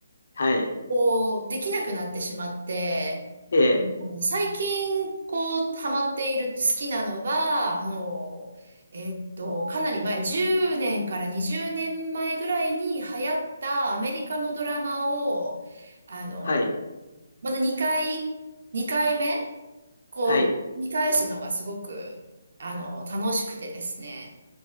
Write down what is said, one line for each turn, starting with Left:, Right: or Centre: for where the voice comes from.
Left: はい、
Right: をできなくなってしまって、
Left: ええ、
Right: 最近、こう、ハマっている、好きなのが、もう、えっと、かなり前、10年から20年前ぐらいに流行ったアメリカのドラマを、あの、
Left: はい、
Right: また2回、2回目、こう、
Left: はい、
Right: 見返すのがすごく、あの、楽しくてですね。